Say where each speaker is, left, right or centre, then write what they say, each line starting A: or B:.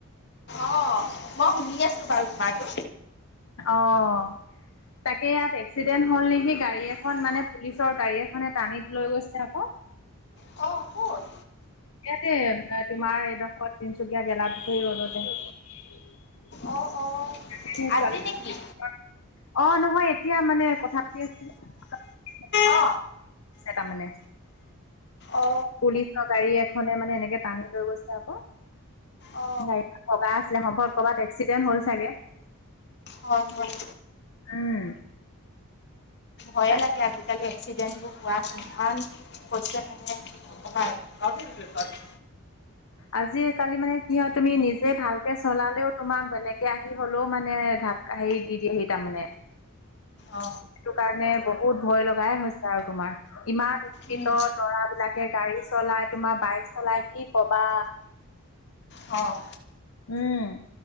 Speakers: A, on the left; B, on the left.
A: অ'। মই শুনি আছোঁ বাৰু তোমাৰতো
B: অ'। তাকে ইয়াত এক্সিডেণ্ট হ'ল নেকি, গাড়ী এখন মানে পুলিচৰ গাড়ী এখনে টানিত লৈ গৈছে আকৌ।
A: অ', ক'ত?
B: ইয়াতে তোমাৰ এডোখৰ তিনচুকীয়া গেলাপুখুৰী ৰোদতে।
A: অ
B: তাকে
A: অ
B: <unintelligible>
A: আজি নেকি
B: অ', নহয় এতিয়া মানে কথা পাতি আছোঁ। <unintelligible>
A: অ
B: তাৰমানে
A: অ
B: পুলিচৰ গাড়ী এখনে মানে এনেকে টানি লৈ গৈছে আকৌ।
A: অ
B: গাড়ী খন ভগা আছিলে সম্ভৱ কৰ'বাত এক্সিডেণ্ট‌ হ'ল চাগে।
A: হয়, হয়।
B: উম।
A: ভয়ে
B: তাকে
A: লাগে আজিকালি এক্সিডেন্ট বোৰ হোৱা <unintelligible> হৈছে মানে নকবা আৰু। <unintelligible>
B: আজি কালি মানে কি হয় তুমি নিজে ভালকে চলালেও তোমাক বেলেগে আহি হ'লেও মানে <unintelligible> <unintelligible> হেই দি দিয়েহি তাৰমানে।
A: অ
B: সেইটো কাৰণে বহুত ভয় লগাই হৈছে আৰু তোমাৰ। ইমান স্পীডত
A: উম
B: ল'ৰা বিলাকে গাড়ী চলাই, তোমাৰ বাইক চলাই কি কবা।
A: অ'
B: উম'